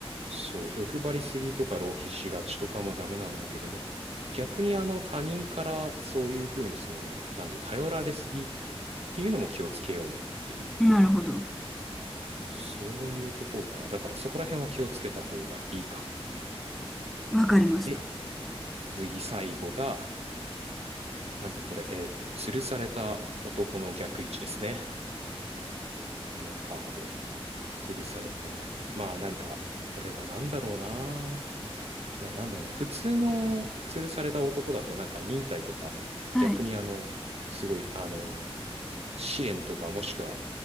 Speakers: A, on the right (about 75°); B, in the centre.
A: そう、欲張りすぎとか浪費しがちとかもダメなんだけども、逆にあの他人からそういうふうにその、なんだろう、頼られすぎっていうのも気をつけようねっていう、
B: なるほど。
A: そういうとこかな。だからそこら辺は気をつけた方がいいかも。
B: わかりました。
A: で、次最後が、なんだこれ、えっと、吊るされた男の逆位置ですね。このカード。吊るされた。まあなんか、これはなんだろうな。なんだろうな、普通の吊るされた男だとなんか忍耐とか、
B: はい。
A: 逆にあの、すごい、あの、試練とかもしくは、